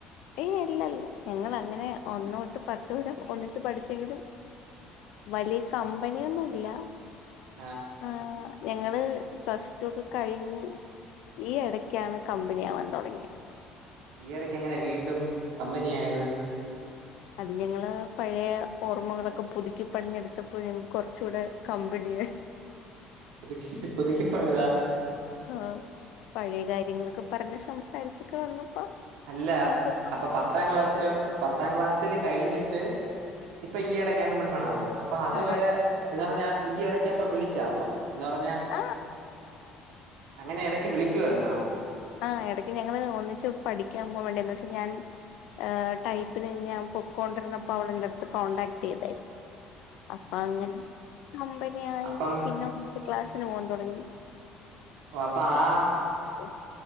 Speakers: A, on the left (about 75°); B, on the right (about 85°).
A: ഏയ് അല്ലല്ല ഞങ്ങളങ്ങനെ ഒന്ന്തൊട്ട് പത്ത് വരെ ഒന്നിച്ച് പഠിച്ചെങ്കിലും വലിയ കമ്പനിയൊന്നുംല്ല
B: ആഹ്
A: ആഹ് ഞങ്ങള് പ്ലസ് ടു ഒക്കെ കഴിഞ്ഞ് ഈ എടയ്ക്കാണ് കമ്പനി ആവാൻ തൊടങ്ങിയത്
B: ഈയിടയ്ക്ക് എങ്ങനെ വീണ്ടും കമ്പനി ആയത്
A: അത് ഞങ്ങള് പഴയ ഓർമ്മകളൊക്കെ പുതുക്കി പണിഞ്ഞെടുത്തപ്പോ ഞങ്ങക്ക് കൊറച്ചുകൂടെ കമ്പനിയായ്
B: പുതുക്കി പുതുക്കി പണിതാ
A: ആഹ് പഴയ കാര്യങ്ങളൊക്കെ പറഞ്ഞ് സംസാരിച്ചൊക്കെ വന്നപ്പോ
B: അല്ല
A: നമുക്ക്
B: അപ്പൊ പത്താം ക്ലാസ് ല് പത്താം ക്ലാസ്സില് കഴിഞ്ഞിട്ട് ഇപ്പൊ ഈ എടക്കാണ് മിണ്ടണത് അപ്പൊ അത്
A: ആ
B: വരെ എന്ന് പറഞ്ഞാ ഈ ഇടക്ക്പ്പ വിളിച്ചാ അപ്പം എന്ന് പറഞ്ഞാ
A: ആഹ്
B: അങ്ങനെ ഇടയ്ക്ക് വിളിക്കുമായിരുന്നാ
A: ആ എടയ്ക്ക് ഞങ്ങള് ഒന്നിച്ച് പഠിക്കാൻ പോകാൻ വേണ്ടിന്ന്ക്ഷെ ഞാൻ ഏഹ് ടൈപ്പിന് ഞാ പൊക്കൊണ്ടിരുന്നപ്പോ അവളെന്റട്ത്ത് കോണ്ടടാക്ട് ചെയ്താരുന്നു അപ്പൊ അങ്ങനെ കമ്പനിയായി
B: അപ്പം
A: പിന്നെ ഒരുമിച്ച് ക്ലാസ്സിന് പോകാൻ തൊടങ്ങി
B: ഓഹ് അപ്പൊ ആ
A: ഉം